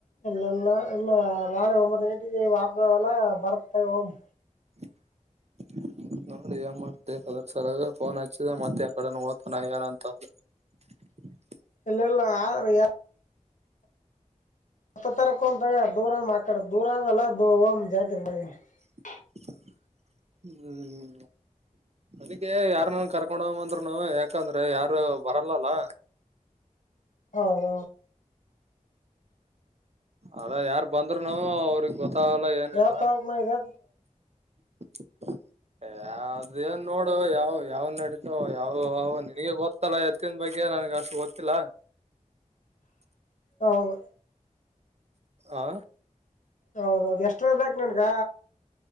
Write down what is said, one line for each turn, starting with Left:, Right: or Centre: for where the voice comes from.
Left: ಇಲ್ಲಲ್ಲ ಇಲ್ಲ ನಾಳೆ ಒಂಬತ್ ಗಂಟೆಗೆ <unintelligible> ಬರ್ತ ತೋಗೋ ಹೋಗಮ್.
Right: <unintelligible> ನೋಡಿ ಏನ್ ಮಾಡ್ತಿ ಅದ್ರ ಸಲಾಗ ಫೋನ್ ಹಚ್ಚಿದೇ ಮತ್ತೆ ಯಕಡನಾ ಹೋತನ ಏನ ಅಂತ ಅಂದ. <unintelligible>
Left: ಇಲ್ಲಲ್ಲ ಆದ್ರ ಯಾ ಎತ್ತ ತರಕ ಹೋಗಮ್ ತೊಗೊ ದೂರ ಆಕಡೆ ದೂರಲ್ಲ ದಮ್ಮ ಜಾತ್ರಿ <unintelligible>
Right: <unintelligible> ಹ್ಮ್ ಅದಕ್ಕೆ ಯಾರ್ನ ಅರಾ ಕರ್ಕೊಂಡ ಹೋಗಮ್ ಅಂದ್ರುನು ಯಾಕಂದ್ರೆ ಯಾರು ಬರಲ್ಲ ಅಲಾ.
Left: ಹಾ ಹಾ.
Right: ಅದ ಯಾರ್ ಬಂದ್ರುನು ಅವ್ರಿಗ ಗೊತ್ತಾಗಲ್ಲ ಏನಿಲ್ಲ.
Left: ಯಾವ ತಾಲೂಕ್ ಮ ಇದೆ
Right: <unintelligible> ಏ ಅದೇನ್ ನೋಡು ಯಾವ ಯಾವ ನಡತಾವ ಯಾವವ ನಿನಗೆ ಗೊತ್ತಲ್ಲ ಎತ್ತಿನ ಬಗ್ಗೆ. ನನಗ್ಗ್ ಅಷ್ಟ ಗೊತ್ತಿಲ್ಲ.
Left: ಹೌದು
Right: ಆ
Left: ಹೌದೌದು ಎಷ್ಟರದ ಬೇಕ್ ನೀನ್ಗ.